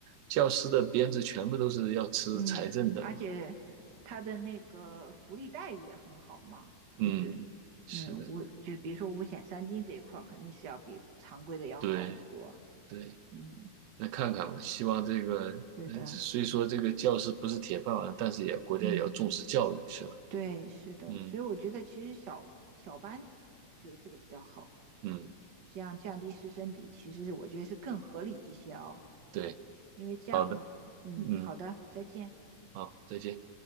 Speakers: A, on the right (about 80°); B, on the right (about 50°).
A: 教师的编制全部都是要吃财政的嘛。
B: 嗯，而且他的那个福利待遇也很好嘛，
A: 嗯，
B: 就是嗯五就比如说五险三金这一块儿肯定是要比常规的要好很多。
A: 是的，对对。
B: 嗯，
A: 那看看吧，希望这个呃，
B: 是的，
A: 虽说这个教师不是铁饭碗，但是也国家也要重视教育，
B: 嗯，
A: 是吧？
B: 对，是的，
A: 嗯
B: 所以我觉得其实小小班觉得这个比较好，
A: 嗯，
B: 这样降低师生比，其实是我觉得是更合理一些哦，
A: 对，
B: 因为这样，
A: 好的，
B: 嗯，
A: 嗯，
B: 好的，再见。
A: 好，再见。